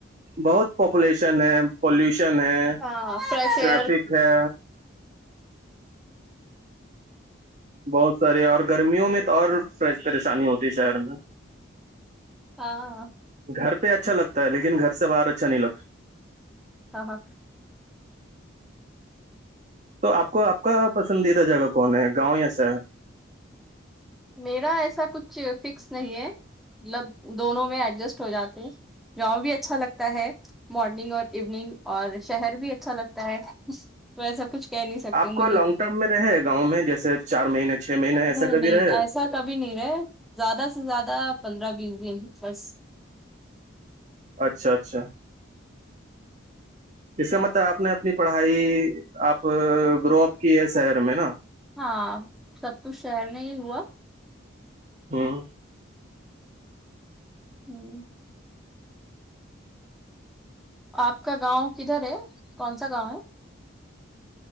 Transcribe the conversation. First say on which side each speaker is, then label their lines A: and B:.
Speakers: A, on the right (about 35°); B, in the centre.
A: بہت پاپولیشن ہے پولوشن ہے
B: ہاں فریش ایئر
A: ٹریافک ہے بہت سارے اور گرمیوں میں تو اور پریشانی ہوتی ہے شہر میں
B: ہاں
A: گھر پہ اچھا لگتا ہے لیکن گھر سے باہر اچھا نہیں لگتا
B: ہاں ہاں
A: تو آپ کو آپ کا پسندیدہ جگہ کون ہے گاؤں یا شہر ہے
B: میرا ایسا کچھ فکس نہیں ہے مطلب دونوں میں ایڈجسٹ ہو جاتے ہیں گاؤں بھی اچھا لگتا ہے مارننگ اور ایوننگ اور شہر بھی اچھا لگتا ہے ویسا کچھ کہہ نہیں سکتی
A: آپ کو
B: مجھے
A: لانگ ٹرم میں رہے گاؤں میں جیسے چار مہینے چھ مہینے ایسا
B: نہیں
A: کبھی
B: نہیں
A: رہے
B: ایسا کبھی نہیں رہے زیادہ سے زیادہ پندرہ بیس دن ہی فرس
A: اچھا اچھا
B: <inaudible>
A: اس کا مطلب آپ نے اپنی پڑھائی آپ ڈرپ کی ہے شہر میں نا
B: ہاں سب کچھ شہر میں ہی ہوا
A: ہوں
B: ہوں آپ کا گاؤں کدھر ہے کون سا گاؤں ہے